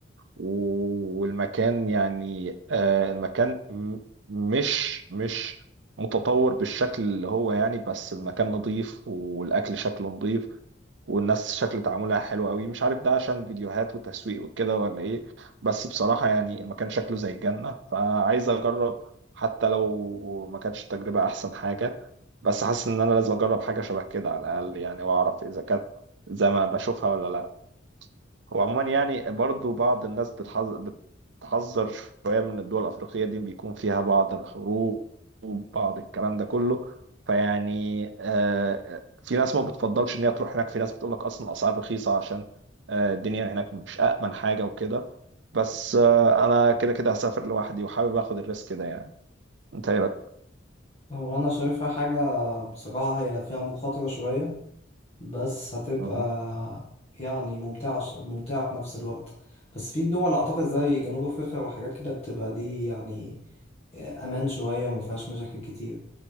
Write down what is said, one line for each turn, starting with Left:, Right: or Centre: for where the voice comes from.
Right: و- والمكان يعني آه، المكان م- مش مش متطور بالشكل اللي هو يعني بس المكان نظيف والأكل شكله نظيف والناس شكل تعاملها حلو قوي مش عارف ده عشان فيديوهات وتسويق وكده ولا ايه بس بصراحة يعني المكان شكله زي الجنة فعايز اجرب حتى لو ما كانتش التجربة احسن حاجة بس حاسس ان انا لازم اجرب حاجة شبه كده على الاقل يعني واعرف اذا كانت زي ما بشوفها ولا لا هو عموما يعني برضو بعض الناس بتحذ- بتحذر شوية من الدول الأفريقية دي بيكون فيها بعض الحروب وبعض الكلام ده كله فيعني آه، في ناس ما بتفضلش إن هي تروح هناك في ناس بتقول لك أصلا الأسعار رخيصة عشان آه، الدنيا هناك مش أأمن حاجة وكده بس آه، أنا كده كده هسافر لوحدي وحابب آخد الريسك ده يعني أنت إيه
Left: هو انا شايفها حاجة بصراحة هي فيها مخاطرة شوية بس هتبقى
Right: رأيك؟
Left: يعني ممتعة ش- ممتعة في نفس الوقت بس في دول اعتقد زي جنوب افريقيا وحاجات كده بتبقى دي يعني امان شوية وما فيهاش مشاكل كتير